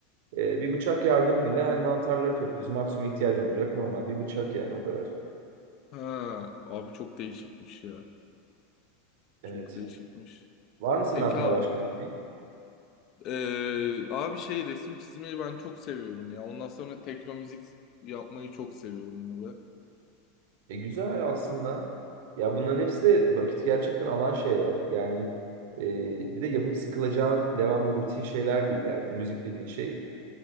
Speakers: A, on the right (about 70°); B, on the left (about 45°).
A: E, bir bıçak
B: o-
A: yardımıyla hani mantarları topluyorsun. Maksimum ihtiyacın olacak normal bir bıçak yani o kadar.
B: Ha, abi çok değişikmiş ya. Çok
A: Evet.
B: değişikmiş.
A: Var mı senin
B: Peki
A: aklında
B: ha-
A: başka bir şey?
B: eee, abi şey resim çizmeyi ben çok seviyorum ya. Ondan sonra tekno müzik yapmayı çok seviyorum abi.
A: E, güzel aslında. Ya bunların hepsi de vakit gerçekten alan şeyler. Yani e, bir de yapıp sıkılacağın devamlı rutin şeyler değil. Yani müzik dediğin şey